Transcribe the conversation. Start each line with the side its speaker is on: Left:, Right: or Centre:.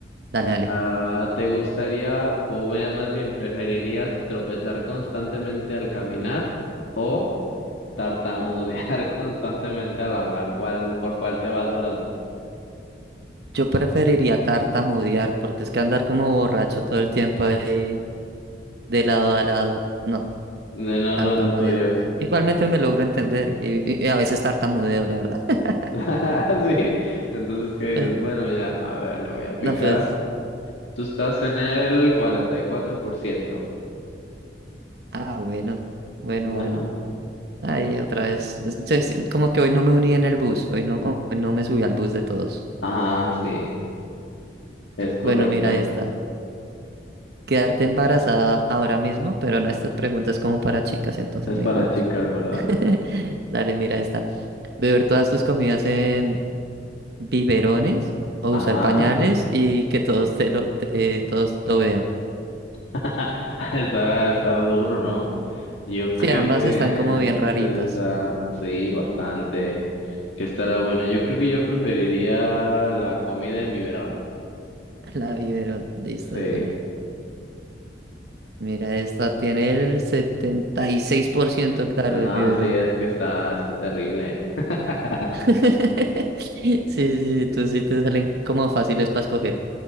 Right: Dale, dale.
Left: Ah, ¿te gustaría, o ve- más bien, preferirías tropezar constantemente al caminar o tartamudear <laughs> constantemente al hablar? ¿Cuál, por cuál te vas de las dos?
Right: Yo preferiría tartamudear, porque es que andar como borracho todo el tiempo ahí de lado a lado. No.
Left: No,
Right: Tartamudear.
Left: no es lo tuyo.
Right: Igualmente me logro entender y, y- y a veces tartamudeo, la verdad. <laughs>
Left: <laughs> ¿Sí? Entonces, ¿qué
Right: Eh,
Left: dices? Bueno, ya, a ver, le voy a picar.
Right: No, pues,
Left: Tú estás en el cuarenta y cuatro por ciento
Right: ah, bueno, bueno,
Left: Pues Bueno,
Right: bueno. Ay, otra vez. es- se- se- como que hoy no me uní en el bus, hoy no, hoy no me subí al bus de todos.
Left: ajá, sí, es correcto.
Right: Bueno, mira esta. Quedarte embarazada ahora mismo, pero no, esta pregunta es como para chicas, entonces
Left: Es
Right: ni
Left: para
Right: modos.
Left: chicas, ¿verdad?
Right: <laughs> Dale, mira esta. Beber todas tus comidas en biberones o usar
Left: Ajá.
Right: pañales y que todos te lo, te- eh, todos lo vean.
Left: <laughs> Está, está duro, ¿no? Yo
Right: Sí,
Left: creo
Right: ambas
Left: que
Right: están como bien raritas.
Left: se está, sí, bastante. Que estará bueno. Yo creo que yo preferiría la comida en biberón.
Right: <laughs> La vivero listo
Left: Sí.
Right: de una. Mira, esta tiene el 76% claro
Left: No,
Right: el biberón.
Left: sí, es que está, está terrible. <laughs>
Right: <laughs> Sí, sí, tú sí te salen como fáciles para escoger.